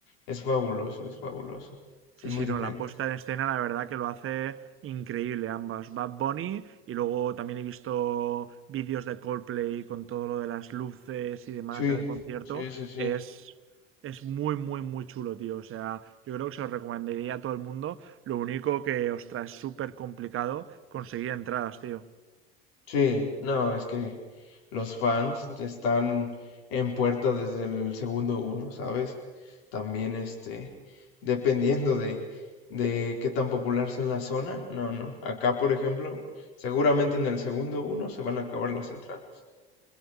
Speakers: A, on the left (about 75°); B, on the right (about 45°).
A: es fabuloso, es fabuloso.
B: Sí,
A: Es muy
B: sí,
A: diferente.
B: no, la puesta en escena la verdad que lo hace increíble ambas. Bad Bunny y luego también he visto vídeos de Coldplay con todo lo de las luces y demás
A: Sí,
B: en el concierto.
A: sí, sí, sí.
B: Es, es muy, muy, muy chulo, tío. O sea, yo creo que se lo recomendaría a todo el mundo. Lo único que, ostras, es súper complicado conseguir entradas, tío.
A: Sí, no, es que los fans están en puerta desde el segundo uno, ¿sabes? También, este, dependiendo de, de qué tan popular sea en la zona, no, no. Acá, por ejemplo, seguramente en el segundo uno se van a acabar las entradas.